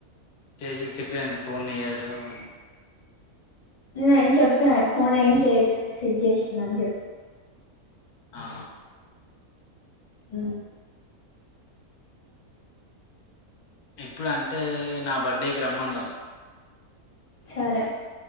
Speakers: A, on the left (about 90°); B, on the left (about 35°).
A: చేసి చెప్పేయండి ఫోన్ <unintelligible> య్యాడు అని
B: నేను చెప్పన్న ఫోన్ ఏం చేయలేదు మెసేజ్ చేసింది అని చెప్
A: ఆ
B: ఉ
A: ఇప్పుడు అంటే నా బర్డే కి <unintelligible>
B: సరే